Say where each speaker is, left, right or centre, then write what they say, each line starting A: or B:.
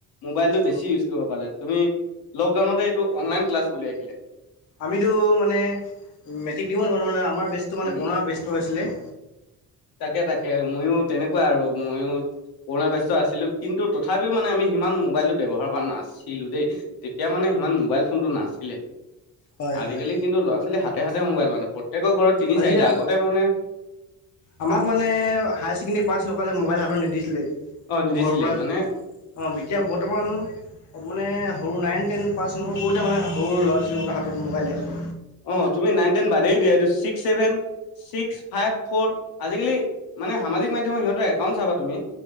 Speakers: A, on the left (about 80°); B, on the left (about 55°).
A: মোবাইলটো বেছি
B: অ
A: ইউজ কৰিব পালে। তুমি লকডাউনতে এইটো অনলাইন ক্লাছ বুলি আহিলে।
B: আমিতো মানে মেট্ৰিক দিব নাপালো মানে আমাৰ বেষ্টো মানে
A: উম
B: কৰোনৰ বেষ্টো হৈছিলে।
A: তাকে তাকে মইও তেনেকুৱা আৰু ময়ও কৰুণা ব্যস্ত আছিলো। কিন্তু তথাপিও মানে আমি সিমান মোবাইলটো ব্যৱহাৰ কৰা নাছিলোঁ দেই তেতিয়া মানে সিমান মোবাইল ফোনটো নাছিলে।
B: হয়
A: আজিকালি
B: হয়
A: কিন্তু ল'ৰা - ছোৱালী হাতে হাতে মোবাইল মানে প্ৰত্যেকৰ ঘৰত তিনি
B: আজিকা
A: চাৰিটা। আগতে মানে
B: আমাক মানে হাই ছেকেণ্ডাৰী পাছ নকৰালৈ মোবাইল হাতত নিদিছিলেই।
A: অ নিদিছিলে
B: ঘৰৰ পৰা
A: মানে
B: যে অ এতিয়া বৰ্তমান মানে সৰু, নাইন টেন পাছ নৌ কৰোঁতে মানে সৰু ল'ৰা- ছোৱালীগোটা হাতত মোবাইল দেখোঁ
A: অ, তুমি নাইন টেন বাদেই দে। এইটো six -seven, six five four আজিকালি মানে, সামাজিক মাধ্যমত সিহঁতে একাউণ্ট চাবা তুমি?